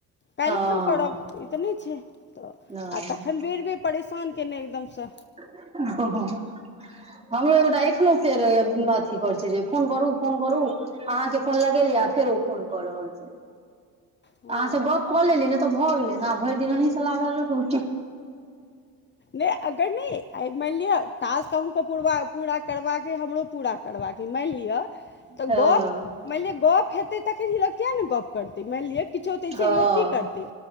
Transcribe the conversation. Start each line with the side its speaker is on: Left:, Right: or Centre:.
Left: काल्हि
Right: हँ
Left: खन करब। इ त नहि छैय
Right: नहि
Left: आ तखन बेर-बेर परेशान केने एकदम स।
Right: <inaudible> हमरो एगोटा एखनो फेर अथी करै छैय जे फोन करू, फोन करू। अहाँ के फोन लगेलियै आ फेर ओ फोन क रहल छैय।
Left: हँ
Right: अहाँ से गप क लेलियै न त भ गेलै ने आ भरि दिन अहींसँ लागल रहू।
Left: नै अगर नै मानि लिअ। टास्क अहुंके पूरा करबाके अइ हमरो पूरा करबाक अइ मानि लिअ। तऽ
Right: हँ
Left: गप्प मानि लिअ गप्प हेतै तखन ई लोक किया नहि ने गप्प करतै मानि लिअ। किछो देय
Right: हँ
Left: छए लोक की करतै